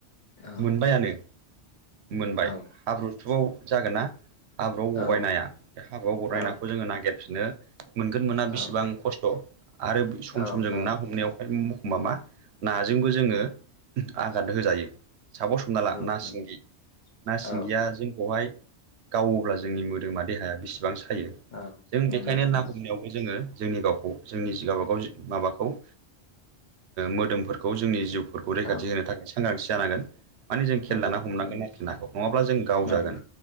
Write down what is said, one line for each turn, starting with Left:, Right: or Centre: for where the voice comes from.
Left: औ
Right: मोनबायानो मोनबाय
Left: औ
Right: हाब्रुथुआव जागोन ना हाब्रु गबायनाया
Left: औ
Right: बे हाब्रआव बरायनाखौ
Left: औ
Right: जोङो नागिरफिनो मोनगोन मोना
Left: औ
Right: बेसेबां खस्थ' आरो सम
Left: औ
Right: सम जों
Left: औ
Right: ना हमनायावहाय माबा नाजोंबो जोङो आघाद होजायो सापस हमना
Left: नंगौ
Right: ला ना
Left: नंगौ
Right: सिंगि, ना सिंगिया
Left: औ
Right: जोंखौहाय गावोब्ला जोंनि मोदोमा देहाया बेसेबां सायो
Left: औ
Right: जों
Left: नंगौ
Right: बेखायनो
Left: नंगौ
Right: ना हमनायावबो जोङो जोंनि गावखौ जोंनि गावबागाव माबाखौ ओ मोदोमफोरखौ जोंनि जिउ फोरखौ रैखाथि
Left: औ
Right: होनो थाखाय सांग्रांथि जानांगोन माने जों खेल
Left: नंगौ
Right: ला हमनांगोन
Left: नंगौ
Right: नाखौ नङाब्ला जों गावजागोन।
Left: नंगौ